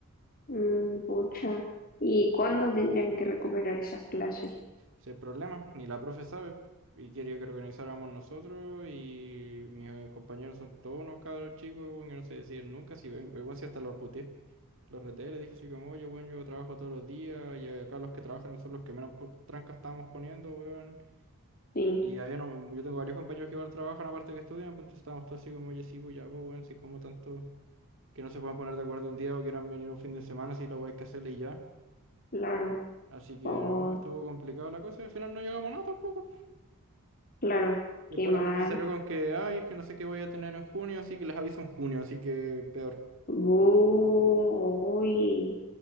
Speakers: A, on the left; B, on the right.
A: Mm, pucha. ¿Y cuándo tendrían que recuperar esas clases?
B: Si hay problema, ni la profe sabe. Y quería que organizáramos nosotros y mis eh, compañeros son todos unos cabros chicos, weón, que no se deciden nunca. Si ven, igual si hasta los puteé. Los reté, les dije así como, oye, weón, yo trabajo todos los días y acá los que trabajan son los que menos por- trancas estamos poniendo, weón.
A: Sí,
B: Y había, no- yo tengo varios compañeros que igual trabajan aparte que estudian, pues entonces estábamos todos así como, oye, sí, pues ya, pues, weón, si como tanto que no se puedan poner de acuerdo un día o quieran venir un fin de semana, si la weá hay que hacerle y ya.
A: claro.
B: Así que
A: Oh,
B: no, estuvo complicado la cosa y al final no llegamos a nada tampoco.
A: claro.
B: Y
A: Qué
B: después
A: mal.
B: la profe salió con que, ay, es que no sé qué voy a tener en junio, así que les aviso en junio, así que peor.
A: Bu, uy,